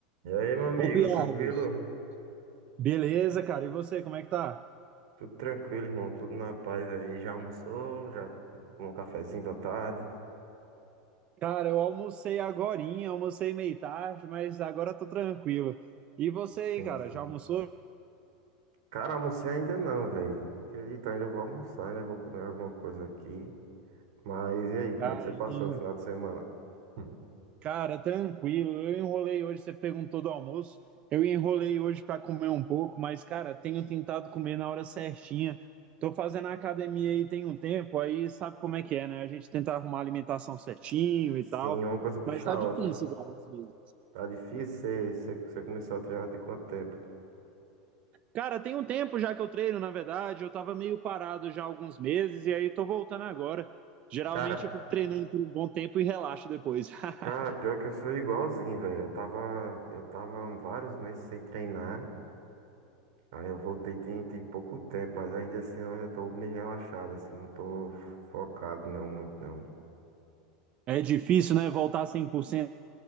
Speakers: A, on the right; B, on the right.
A: E aí, meu amigo,
B: Ô, Piagos,
A: tranquilo?
B: Beleza, cara. E você, como é que tá?
A: Tudo tranquilo, irmão, tudo na paz aí. Já almoçou? Já tomou um cafezinho da tarde?
B: Cara, eu almocei agorinha, almocei meio tarde, mas agora tô tranquilo. E você
A: Sim,
B: aí, cara,
A: sim.
B: já almoçou?
A: Cara, almocei ainda não, velho. Acredito, ainda vou almoçar, né? Vou comer alguma coisa aqui. Mas e aí, como
B: Cara,
A: é que você
B: eu
A: passou
B: tenho.
A: o final de semana? Hum.
B: Cara, tranquilo. Eu enrolei hoje, você perguntou do almoço. Eu enrolei hoje pra comer um pouco, mas, cara, tenho tentado comer na hora certinha. Tô fazendo academia aí tem um tempo, aí sabe como é que é, né? A gente tenta arrumar a alimentação certinho e
A: Sim,
B: tal,
A: uma coisa puxa
B: mas tá
A: a
B: difícil,
A: outra.
B: cara, às vezes.
A: Tá difícil, você você- você começou a treinar tem quanto tempo?
B: Cara, tem um tempo já que eu treino, na verdade, eu tava meio parado já há alguns meses e aí tô voltando agora. Geralmente
A: Cara,
B: eu fico treinando por um bom tempo e relaxo depois. <laughs>
A: cara, pior que eu sou igualzinho, velho. Eu tava, eu tava vários meses sem treinar. Aí eu voltei tem, tem pouco tempo, mas ainda assim eu ainda tô meio relaxado, assim, não tô focado não, muito não.
B: É difícil, né, voltar 100%.